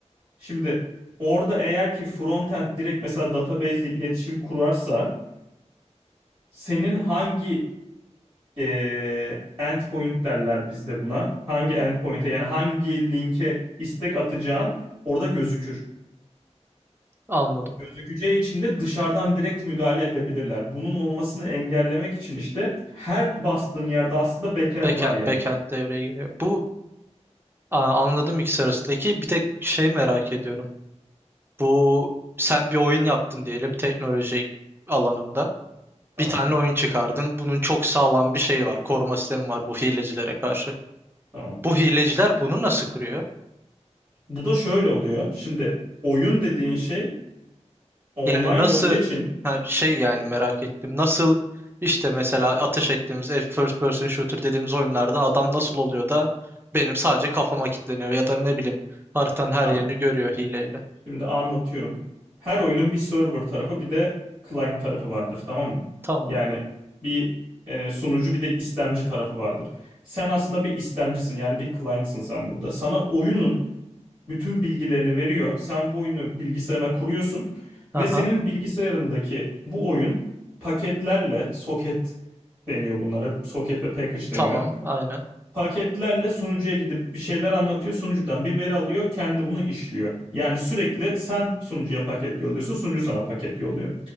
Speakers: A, on the right; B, on the right.
A: Şimdi orada eğer ki frontend direkt mesela database ile iletişim kurarsa senin hangi e, endpoint derler bizde buna hangi endpoint'e yani hangi linke istek atacağın orada gözükür.
B: Anladım.
A: gözükeceği için de dışarıdan direkt müdahale edebilirler. Bunun olmasını engellemek için işte her bastığın yerde aslında backend
B: Backend
A: var yani.
B: backend devreye giriyor. Bu Aa, anladım ikisi arasındaki. Bir de şey merak ediyorum. Bu sen bir oyun yaptın diyelim teknoloji alanında.
A: Tamam,
B: Bir tane oyun çıkardın. Bunun çok sağlam bir şeyi var. Koruma sistemi var bu hilecilere karşı.
A: tamam.
B: Bu hileciler bunu nasıl kırıyor?
A: Bu da şöyle oluyor. Şimdi oyun dediğin şey online
B: Yani nasıl
A: olduğu için
B: ha, şey yani merak ettim. Nasıl işte mesela ateş ettiğimiz F- first person shooter dediğimiz oyunlarda adam nasıl oluyor da benim sadece kafama kilitleniyor ya da ne bileyim haritanın her
A: tamam.
B: yerini görüyor hileyle.
A: Şimdi anlatıyorum. Her oyunun bir server tarafı bir de client tarafı vardır, tamam mı?
B: Tamam.
A: Yani bir e, sunucu bir de istemci tarafı vardır. Sen aslında bir istemcisin yani bir client'sın sen burada. Sana oyunun bütün bilgilerini veriyor. Sen bu oyunu bilgisayarına kuruyorsun
B: Aha.
A: ve senin bilgisayarındaki bu oyun paketlerle soket deniyor bunlara. Soket ve package
B: Tamam.
A: deniyor.
B: Aynen.
A: Paketlerle sunucuya gidip bir şeyler anlatıyor. Sunucudan bir veri alıyor. Kendi bunu işliyor. Yani sürekli sen sunucuya paket yolluyorsun. Sunucu sana paket yolluyor.